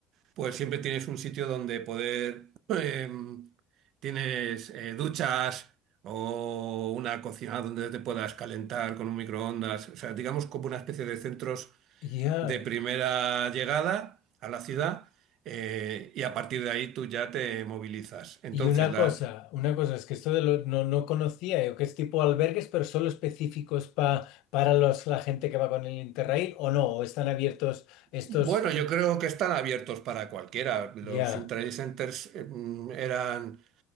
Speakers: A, on the right; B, on the left.
A: pues siempre tienes un sitio donde poder, <clears throat> eh, tienes eh, duchas o una cocina donde te puedas calentar con un microondas, o sea, digamos como una especie de centros
B: ya.
A: de primera llegada a la ciudad eh, y a partir de ahí tú ya te movilizas. Entonces,
B: Y una
A: la,
B: cosa, una cosa, es que esto de lo, no, no conocía yo, que es tipo albergues, pero solo específicos pa- para los, la gente que va con el Interrail, ¿o no? ¿O están abiertos estos?
A: Bueno, yo creo que están abiertos para cualquiera. Los
B: Ya.
A: intraday centers eh, mm, eran,